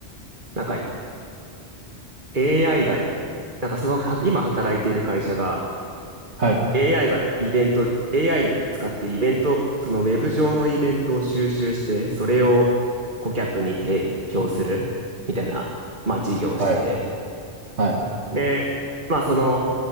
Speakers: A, on the right (about 45°); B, on the right (about 80°).
A: なんか AI が、なんかその、は今働いている会社が
B: はい、
A: AI がイベント、AI に使ってイベント、そのウェブ上のイベントを収集して、それを顧客に提供するみたいな、まあ事業をしてて。
B: はい、はい、
A: で、まあその